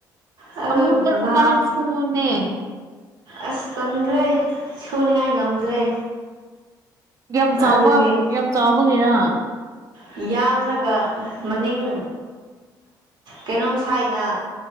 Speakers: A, on the right; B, on the right.
A: ꯑꯗꯨ
B: ꯑꯃꯨꯛ
A: ꯅꯍꯥꯟ
B: ꯑꯃꯥꯡ ꯁꯨꯅꯦ
A: ꯑꯁ ꯇꯟꯈ꯭ꯔꯦ ꯁꯨꯅꯤꯉꯥꯏ ꯉꯝꯗ꯭ꯔꯦ
B: ꯌꯥꯝ ꯆꯥꯎꯕ
A: ꯑꯗꯨꯒꯤ
B: ꯌꯥꯝ ꯆꯥꯎꯕꯒꯤꯔ
A: ꯌꯥꯡꯂꯒ ꯃꯅꯤꯡ ꯀꯩꯅꯣꯝ ꯁꯥꯏꯅ